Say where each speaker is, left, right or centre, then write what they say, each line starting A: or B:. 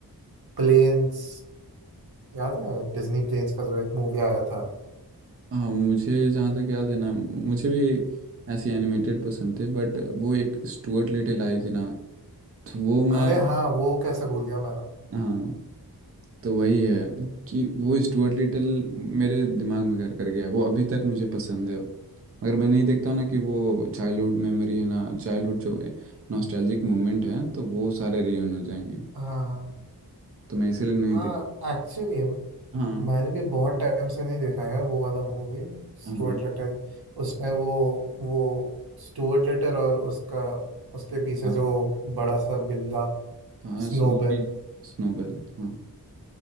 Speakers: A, on the right; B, on the right.
A: प्लेन्स याद है डिज्नी प्लेन्स का जो एक मूवी आया था
B: हाँ मुझे जहाँ तक याद है ना मुझे भी ऐसी एनिमेटेड पसंद थे बट वो एक स्टुअर्ट लिटिल आई थी ना तो वो मैं
A: अरे हाँ वो कैसे भूल गया मैं
B: हाँ तो वही है कि वो स्टुअर्ट लिटिल मेरे दिमाग में घर कर गया है वो अभी तक मुझे पसंद है मगर मैं नहीं देखता हूँ ना कि वो चाइल्डहुड मेमोरी है ना चाइल्डहुड जो नॉस्टैल्जिक मोमेंट है तो वो सारे रियून हो जाएंगे
A: हाँ हाँ
B: तो मैं इसीलिए नहीं
A: हाँ
B: देख
A: एक्चुअली
B: हाँ
A: मैंने भी बहुत टाइम से नहीं देखा है वो वाला मूवी स्टुअर्ट
B: हाँ
A: लिटिल उसमें वो वो स्टुअर्ट लिटिल और उसका उसके पीछे
B: हाँ
A: जो बड़ा सा बिल्ला
B: हाँ
A: स्नोबेड
B: स्नोबी स्नोबेल हाँ